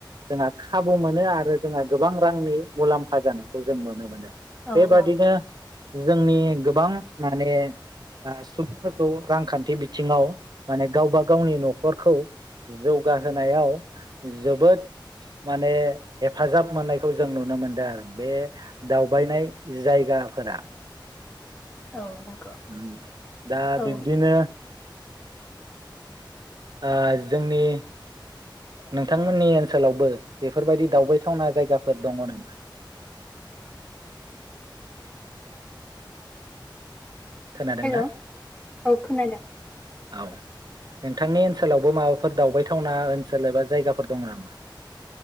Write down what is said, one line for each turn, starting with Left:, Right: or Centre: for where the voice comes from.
Right: जोंहा खाबु मोनो आरो जोंहा गोबां रांनि मुलाम्फा जानायखौ जों नुनो मोनो बे
Left: औ
Right: बादिनो
Left: औ
Right: जोंनि गोबां माने ओ सुबुंफोरखौ रांखान्थि बिथिङाव माने गावबा गावनि न'खरखौ जौगाहोनायाव जोबोद माने हेफाजाब मोननायखौ जों नुनो मोनदों आरो बे दावबायनाय जायगाफोरा।
Left: औ नंगौ
Right: उम दा
Left: औ
Right: बिब्दिनो ओ जोंनि नोंथांमोननि ओनसोलावबो बेफोरबायदि दावबायथावना जायगाफोर दङ नामा? खोनादोंना
Left: हेल' औ खोनादों।
Right: औ नोंथांनि ओनसोलावबो माबाफोर दावबायथावना ओनसोल एबा जायगाफोर दं नामा?